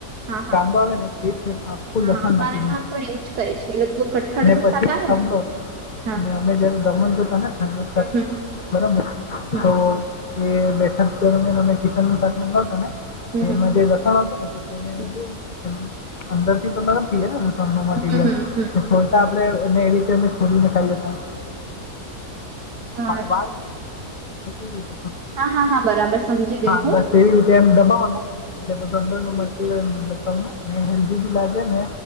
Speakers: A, on the right (about 80°); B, on the left (about 70°).
A: હા હા
B: કાંદો આવે ને તે છે. આખું
A: હા
B: લસણ
A: અમારામાં
B: નાખી દે
A: પણ એવું જ કરે છે એ લોકો કઠાળ
B: ને
A: નું
B: પછી
A: શાક આવે ને.
B: અમે
A: હા
B: જયારે દમણ ગ્યાતા ને ફેમિલી જોડે
A: હમ હમ
B: બરાબર
A: હમ
B: તો. એ બેઠક દરમિયાન અમે ચિકન નું શાક મગાવતા ને
A: હમ
B: એમાં જે લસણ આવતૂ ને. તેને
A: હમ
B: કેવું અંદર થી
A: હમ
B: <unintelligible>
A: હમ હમ.
B: છોટા આપે. અને એ રીતે અમે છોડીને ખાઈ જતા
A: હા
B: વા. <unintelligible>
A: હા હા હા બરાબર સમજી ગઈ
B: હા
A: હું.
B: બસ એવી રીતે એમ દબાવો ને એટલે બધું અંદર ની મટીરીયલ મસોલો હલ્દી ની લાગેને.